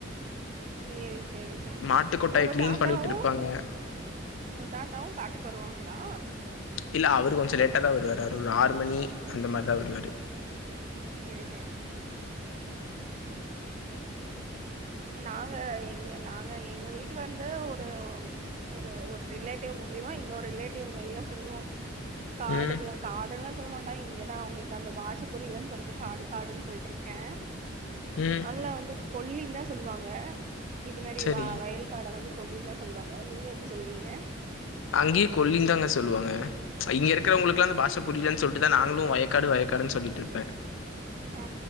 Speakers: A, on the right; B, on the left.
A: சேரி சேரி சேரி
B: மாட்டு கொட்டாய
A: உங்க
B: கிளீன்
A: தாத்தாவு
B: பண்ணிட்டு இருப்பாங்க
A: உங்க தாத்தாவு காட்டுக்கு வருவாங்களா
B: இல்ல அவரு கொஞ்ச லேட்டா தா வருவாரு அவர் ஒரு ஆறு மணி அந்த மாரி தா வருவாரு
A: சேரி சேரி நாங்க எங்க நாங்க எங்க வீட்டு வந்து ஒரு ஒரு ஒரு ரிலேட்டிவ் மூலியமா இன்னொரு ரிலேட்டிவ் வழியா சொல்லுவோ காடுல
B: ம்
A: காடுன்லா சொல்ல மாட்டா இங்கதா அவுங்களுக்கு அந்த பாஷ புரிலன்னு சொல்ட்டு காடு காடுன்னு சொல்லிட்டுருக்க
B: ம்
A: அங்களா வந்து கொல்லின்தா சொல்லுவாங்க இது மாரி
B: சரி
A: வயல் காட வந்து கொல்லின்தா சொல்வாங்க நீங்க எப்டி சொல்வீங்க
B: அங்கே கொல்லின் தாங்க சொல்வாங்க இங்க இருக்கறவங்களுக்குலா இந்த பாஷ புரிலன்னு சொல்ட்டுதா நாங்களு வயக்காடு வயக்காடுன்னு சொல்லிட்டுருப்பே
A: ஆ